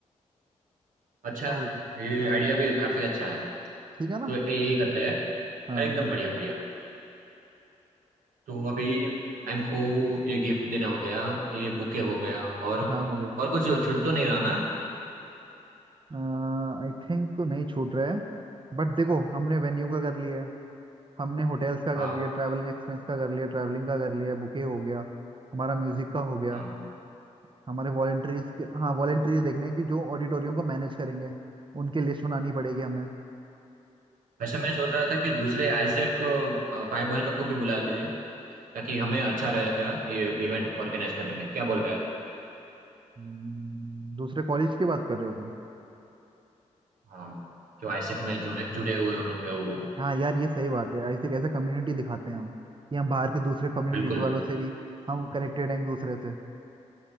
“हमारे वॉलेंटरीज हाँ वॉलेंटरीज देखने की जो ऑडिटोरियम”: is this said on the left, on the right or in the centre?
Right